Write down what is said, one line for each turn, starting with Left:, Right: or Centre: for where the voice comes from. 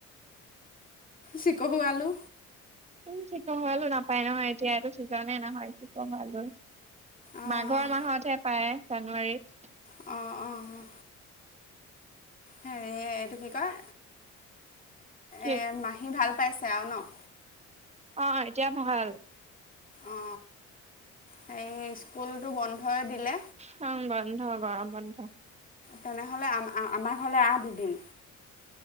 Left: চিকহু আলু।
Right: উম, চিকহু আলু নাপায় নহয়, এতিয়া ছিজনে নহয়, চিকহু আলু।
Left: অঁ
Right: মাঘৰ মাহতহে পায়, জানুৱাৰীত।
Left: অ, অ, অ, হেৰি এইটো কি কয়,
Right: কি
Left: এই মাহী ভাল পাইছে আৰু ন।
Right: অ, এতিয়া ভাল।
Left: অ, অ, হে, স্কুলটো বন্ধই দিলে।
Right: হ, বন্ধ গৰম বন্ধ।
Left: তেনেহ'লে আ-আমাৰ ঘৰলে, আঠ দিন,